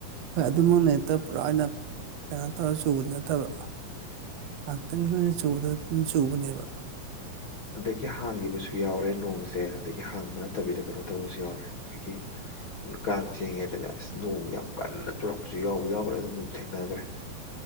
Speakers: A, on the right; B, on the left.
A: ꯍꯣꯏ
B: ꯃꯥꯅꯦ
A: ꯑꯗꯨꯃꯛꯅꯦ ꯇ ꯄꯨꯔꯥ ꯑꯣꯏꯅ ꯀꯩꯅꯣ ꯇꯧꯔ ꯆꯨꯕꯗꯤ ꯅꯠꯇꯕ ꯉꯥꯛꯇꯪꯒꯤ ꯑꯣꯏꯅ ꯆꯨꯕꯗꯣ ꯗꯨꯝ ꯆꯨꯕꯅꯦꯕ
B: ꯑꯗꯒꯤ ꯍꯥꯡꯒꯤꯕꯖꯨ ꯌꯥꯎꯔꯦ ꯅꯣꯡꯖꯦ ꯑꯗꯒꯤ ꯍꯥꯡꯕ ꯅꯠꯇꯕꯤꯗ ꯀꯩꯅꯣ ꯇꯧꯕꯖꯨ ꯌꯥꯎꯔꯦ ꯃꯣꯏꯒꯤ ꯀꯥꯡ ꯆꯤꯡꯉꯤꯉꯩꯗꯅꯦ ꯑꯁ ꯅꯣꯡ ꯌꯥꯝ ꯀꯟꯅ ꯆꯨꯔꯛꯄꯖꯨ ꯌꯥꯎꯕ ꯌꯥꯎꯒ꯭ꯔꯦ ꯑꯗꯨꯝ ꯊꯦꯡꯅꯒ꯭ꯔꯦ